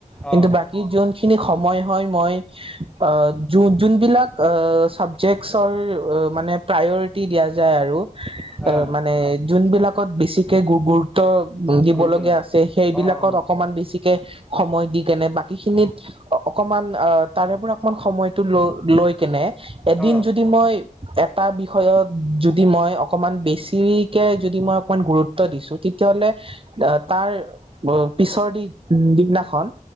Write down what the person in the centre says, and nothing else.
অ
হা
গুৰুত্ব
অ অ অ
অ,